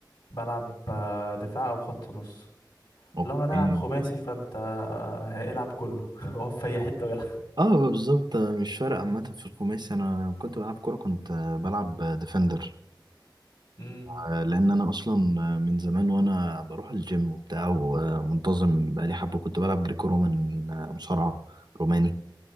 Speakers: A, on the left; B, on the right.
A: بلعب آه، دفاع أو خط نص
B: اوكي
A: لو هنلعب خماسي فانت آه، هيلعب كله <laughs> هو في أي حتة ويلعب
B: اه بالظبط آه، مش فارق عامة في الخماسي انا كنت بلعب كورة كنت آه، بلعب ديفندر
A: أمم.
B: لان انا اصلا من زمان وانا بروح الجيم وبتاع ومنتظم بقالي حبه كنت بلعب جريكو رومان مصارعه روماني